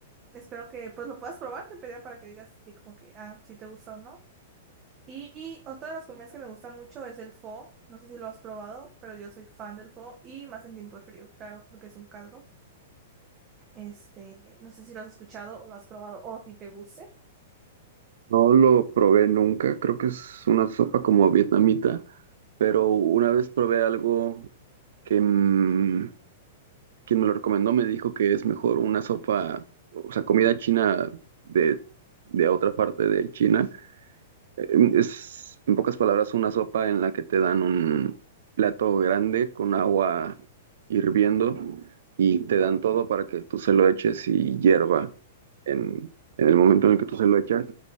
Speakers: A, on the right; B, on the right.
A: espero que pues lo puedas probar, de pedida para que digas si, como que, ah, si te gusta o no. Y, y otra de las comidas que me gustan mucho es el pho. No sé si lo has probado, pero yo soy fan del pho y más en tiempo de frío, claro, porque es un caldo. Este, no sé si lo has escuchado o lo has probado o si te guste.
B: No lo probé nunca, creo que es una sopa como vietnamita, pero una vez probé algo que mm, quien me lo recomendó me dijo que es mejor una sopa, o sea, comida china de, de otra parte de China. Eh, Es, en pocas palabras, una sopa en la que te dan un plato grande con agua hirviendo y te dan todo para que tú se lo eches y hierva en, en el momento en el que tú se lo echas